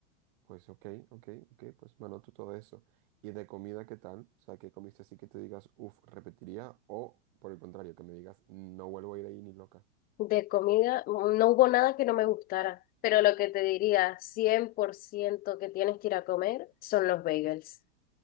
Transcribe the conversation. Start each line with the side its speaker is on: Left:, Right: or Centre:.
Right: Pues ok, ok, ok, pues me anoto todo eso. ¿Y de comida qué tal? O sea, ¿qué comiste así que te digas, uff, repetiría? O por el contrario, que me digas, no vuelvo a ir ahí ni loca.
Left: De comida, no hubo nada que no me gustara, pero lo que te diría 100% que tienes que ir a comer son los bagels.